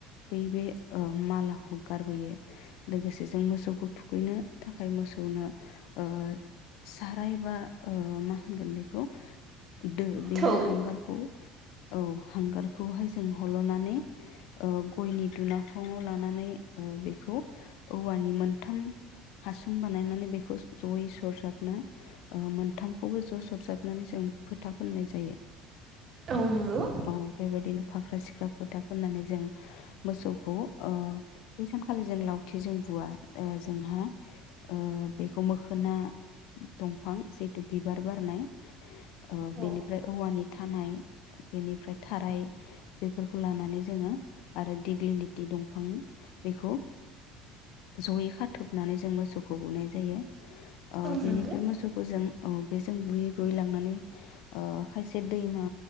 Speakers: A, on the left; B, on the right.
A: बै बे ओ मालाखौ गारबोयो लोगोसे जों मोसौखौ थुखैनो थाखाय मोसौनो ओ साराय बा ओ मा होनगोन बेखौ दो बेनि
B: थौ
A: हांगारखौ औ हांगारखौहाय जों हल'नानै ओ गयनि दुनाखङाव लानानै बेखौ औवानि मोनथाम हासुं बानायनानै बेखौ जयै सरजाबनो ओ मोनथामखौबो ज' सरजाबनानै जों फोथा फोननाय जायो
B: औ नंगौ
A: अ बेबायदिनो फाख्रा सिख्राखौ फोथा फोननानै जों मोसौखौ ओ बै सानखालि जों लावथि जों बुवा ओ जोंहा ओ बेखौ मोखोना दंफां जिथु बिबार बारनाय ओ
B: औ
A: बेनिफ्राय औवानि थानाय बेनिफ्राय थाराय बेफोरखौ लानानै जोङो आरो दिग्लिलिटि दंफां बेखौ जयै खाथबनानै ज जों मोसौखौ बुनाय जायो आ
B: औ
A: बेनिफ्राय
B: नंगौ
A: मोसौखौ जों अ बेजों बुयै बुयै लांनानै ओ खायसे दैमा